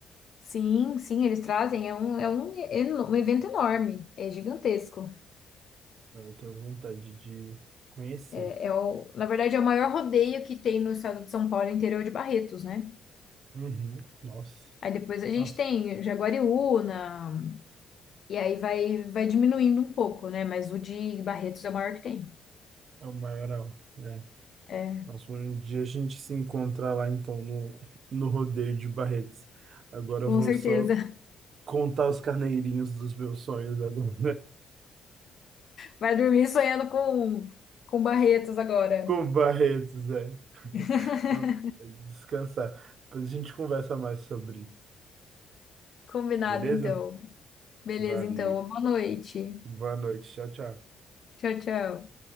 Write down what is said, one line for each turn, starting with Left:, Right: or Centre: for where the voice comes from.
Left: Sim, sim, eles trazem. É um, é um, eno- um evento enorme, é gigantesco.
Right: Então, Eu tenho vontade de conhecer.
Left: É, é o, na verdade, é o maior rodeio que tem no estado de São Paulo, interior de Barretos, né?
Right: Uhum. Nossa,
Left: Aí depois a gente
Right: nossa,
Left: tem Jaguariúna, e aí vai, vai diminuindo um pouco, né? Mas o de Barretos é o maior que tem.
Right: é o maior, né?
Left: É,
Right: Nossa, um dia a gente se encontrar lá então no, no rodeio de Barretos. Agora
Left: com
Right: eu vou
Left: certeza.
Right: só
Left: <laughs>
Right: contar os carneirinhos dos meus sonhos agora.
Left: Vai dormir sonhando com, com Barretos agora.
Right: <laughs> Com Barretos, é. <laughs>
Left: <laughs>
Right: Ó, Descansar. Depois a gente conversa mais sobre,
Left: Combinado,
Right: beleza?
Left: então. Beleza,
Right: Valeu.
Left: então. Boa noite.
Right: Boa noite. Tchau, tchau.
Left: Tchau, tchau.